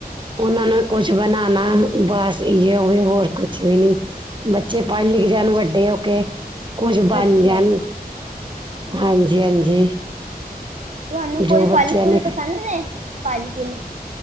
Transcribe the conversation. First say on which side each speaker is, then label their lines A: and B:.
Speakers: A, on the right (about 30°); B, on the right (about 50°).
A: ਉਹਨਾਂ
B: ਅੱਛਾ
A: ਨੂੰ ਕੁਛ
B: ਜੀ।
A: ਬਣਾ ਨਾ ਬਸ ਇਹੋ ਹੋਵੇ ਹੋਰ ਕੁਛ ਵੀ ਨੀ ਬੱਚੇ ਪੜ ਲਿਖ ਜਾਣ ਵੱਡੇ ਹੋ ਕੇ। ਕੁਛ ਬਣ
B: ਅੱਛਾ
A: ਜਾਣ
B: ਜੀ
A: ਹਾਂਜੀ ਹਾਂਜੀ।
B: ਤੁਹਾਨੂੰ ਕੋਈ
A: ਜੋ ਬੱਚਿਆਂ
B: ਫਲ ਫੁੱਲ
A: ਨੇ
B: ਪਸੰਦ ਨੇ, ਫਲ ਫੁੱਲ?